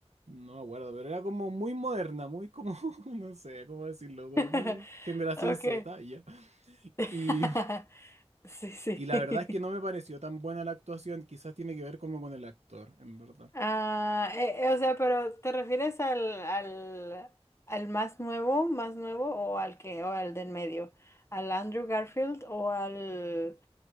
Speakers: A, on the right; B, on the left.
A: no me acuerdo, pero era como muy moderna, muy como, <laughs> no sé cómo decirlo, como
B: <laughs>
A: muy generación
B: Ok.
A: Z, y ya.
B: <laughs>
A: Y,
B: Sí, sí.
A: y la
B: <laughs>
A: verdad es que no me pareció tan buena la actuación, quizás tiene que ver como con el actor, en verdad.
B: Ah, eh, eh, o sea, pero ¿te refieres al, al, al más nuevo, más nuevo o al que, o al del medio? ¿Al Andrew Garfield o al,